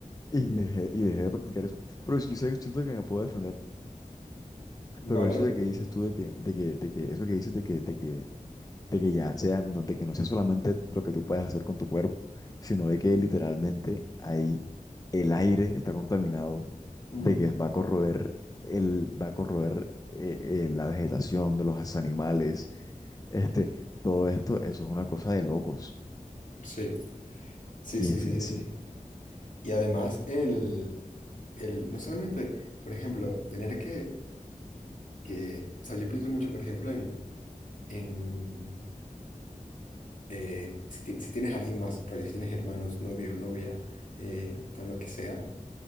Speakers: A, on the left; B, on the left.
A: Y dejé, y dejé de practicar eso. Pero sí, yo sé, siento que me puedo defender.
B: vale.
A: Pero eso de que dices tú, de que, de que, de que, eso que dices de que, de que, de que ya sea, no- de que no sea solamente lo que tú puedes hacer con tu cuerpo, sino de que literalmente ahí el aire está contaminado,
B: Mm,
A: de que va a corroer el, va a corroer eh, eh, la vegetación de los animales, este, todo esto, eso es una cosa de locos.
B: sí. Sí,
A: Y
B: sí,
A: definitivamente
B: sí, sí, sí. Y además, el, el, no solamente, por ejemplo, tener que, que, o sea, yo pienso mucho, por ejemplo, en... en eh, si, ti- si tienes alguien más, rollo, si tienes hermanos, novio, novia, eh, o lo que sea,